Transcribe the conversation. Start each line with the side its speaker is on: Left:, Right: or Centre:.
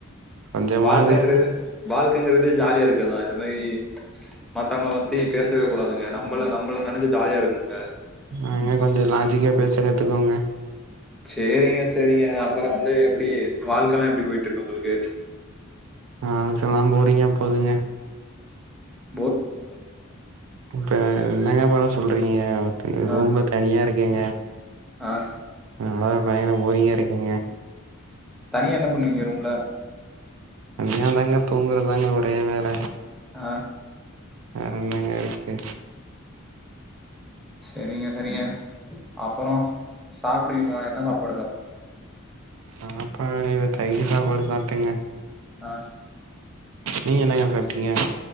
Right: கொஞ்சமாவது
Centre: வாழ்க்கங்கிறது வாழ்க்கங்கிறது ஜாலியா இருக்குதா இந்த மாரி மத்தவங்க பத்தி பேசவே கூடாதுங்க நம்மள நம்மள நெனச்ச ஜாலியா இருக்கனுங்க
Right: ஆ என்ன பன்றது லாஜிக்கா பேச கத்துக்கோங்க
Centre: சேரிங்க சேரிங்க அப்புற வந்து எப்டி வாழ்க்கல்லா எப்டி போயிட்டு இருக்கு உங்களுக்கு
Right: ஆ அதுல்லா போறீங்க போதுங்க
Centre: ஆஹ
Right: இப்ப என்னங்க பண்ண சொல்றீங்க
Centre: ஆ,
Right: ரொம்ப தனியா இருக்கேங்க
Centre: ஆ.
Right: அதா பயங்கர போரிங்கா இருக்குங்க
Centre: தனியா என்ன பண்ணுவீங்க ரூம்ல
Right: தனியாதாங்க தூங்குறதாங்க ஒரே வேல
Centre: அ
Right: வேறென்னங்க இருக்கு
Centre: சரிங்க சரிங்க அப்புறோ சாப்புடுவீங்களா என்ன சாப்பாடு சாப்
Right: சாப்பாடு தயி சாப்பாடு சாப்ட்டேங்க
Centre: அ
Right: நீங்க என்னங்க சாப்ட்டீங்க